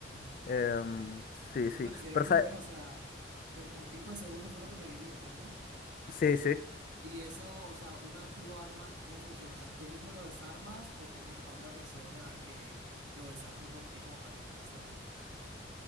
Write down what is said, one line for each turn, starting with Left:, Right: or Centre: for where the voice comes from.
Right: Claro,
Left: Em,
Right: se imagino.
Left: sí,
Right: No,
Left: sí.
Right: pero si eres
Left: Pero,
Right: muy
Left: ¿sabe?
Right: bueno, o sea, treinta y pico de segundo fue lo que me dijiste, ¿no?
Left: Sí, sí.
Right: Y eso, o sea, una vez tú lo armas, ¿cómo funciona? O sea, ¿tú mismo lo desarmas o pones a otra persona a que lo desarme por ti como para que tú no sepas nada?